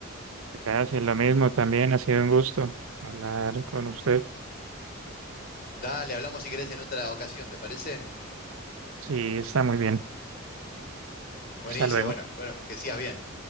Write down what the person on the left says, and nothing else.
Dale, hablamos si querés en otra ocasión, ¿te parece?
Buenísimo,
bueno, bueno, que sigas bien.